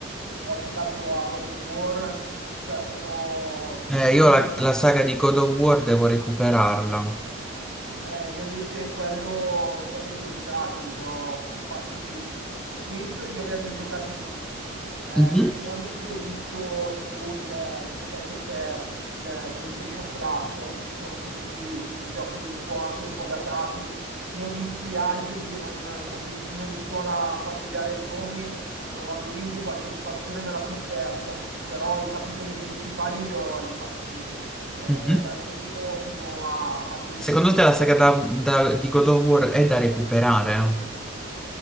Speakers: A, on the right; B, in the centre.
A: ho giocato a God of War cioè sono,
B: Eh,
A: sono
B: io
A: giochi
B: la, la saga di God of War devo recuperarla.
A: Eh, io invece quello, quelli li ho giocati, li ho fatti, mm, penso di averli giocati tutti. Eh,
B: Mhm,
A: ultimamente ho visto sul, ehm, sai che c'è il PlayStation Plus, eh, che ci sono tutti i giochi un po' anche un po' datati. Ne ho visti altri che non, non mi, non mi suona familiare il nome, probabilmente qualche espansione me la son persa, però i capitoli principali li ho, li ho fatti tutti eh,
B: mhm.
A: dal primo fino a- all'ultimo
B: Secondo te la saga da- da- di God of War è da recuperare?